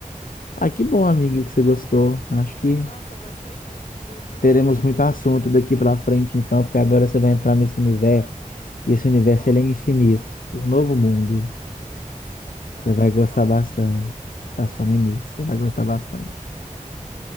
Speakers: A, on the left (about 80°); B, on the left (about 50°).
A: Ah, que bom, amigo, que você gostou. Acho que
B: Nossa, gostei muito, viu? Muito
A: teremos
B: obrigada
A: muito
B: pela
A: assunto
B: indicação.
A: daqui para frente, então, porque agora você vai entrar nesse universo, e esse universo
B: Um novo
A: ele é
B: mundo,
A: infinito.
B: né?
A: O novo mundo,
B: Sim, cara,
A: você vai
B: tô
A: gostar
B: só no
A: bastante.
B: início.
A: Tá só no início, você vai gostar bastante.